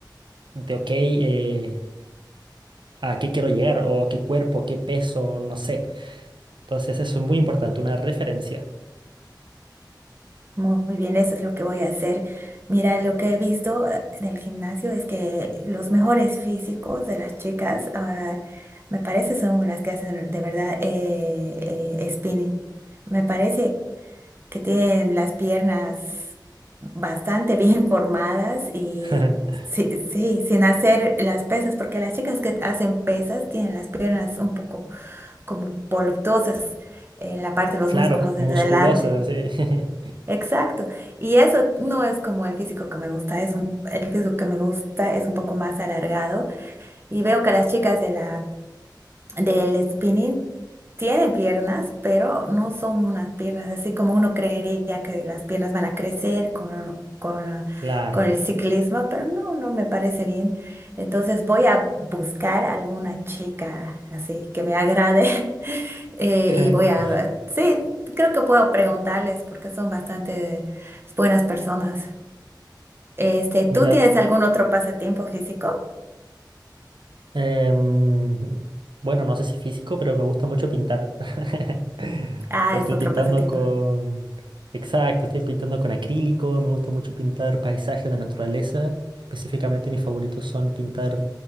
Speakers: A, on the right; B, on the right.
A: de ok, eh, a qué quiero llegar o qué cuerpo, qué peso, no sé. Entonces, eso es muy importante, una referencia.
B: Muy muy bien, eso es lo que voy a hacer. Mira, lo que he visto eh, en el gimnasio es que los mejores físicos de las chicas, ah, me parece, son las que hacen de verdad eh, eh, spinning. Me parece que tienen las piernas bastante <laughs> bien formadas y
A: <laughs>
B: sí, sí, sin hacer las pesas, porque las chicas que hacen pesas tienen las piernas un poco como voluptuosas en la parte de los
A: Claro,
B: músculos de
A: musculosas,
B: adelante.
A: así. <laughs>
B: Exacto. Y eso no es como el físico que me gusta, es un, el físico que me gusta es un poco más alargado y veo que a las chicas de la del spinning tiene piernas, pero no son unas piernas así como uno creería que las piernas van a crecer con, con,
A: Claro.
B: con el ciclismo, pero no, no me parece bien. Entonces voy a buscar alguna chica así que me agrade <laughs> eh,
A: <laughs>
B: y voy a, sí, creo que puedo preguntarles porque son bastante buenas personas. Este, ¿tú
A: Mira,
B: tienes algún otro pasatiempo físico?
A: em, bueno, no sé si físico, pero me gusta mucho pintar. <laughs>
B: Ah,
A: Pero
B: es
A: Estoy
B: otro
A: pintando
B: pasatiempo.
A: con... Exacto, estoy pintando con acrílico, me gusta mucho pintar paisajes de naturaleza. Específicamente mis favoritos son pintar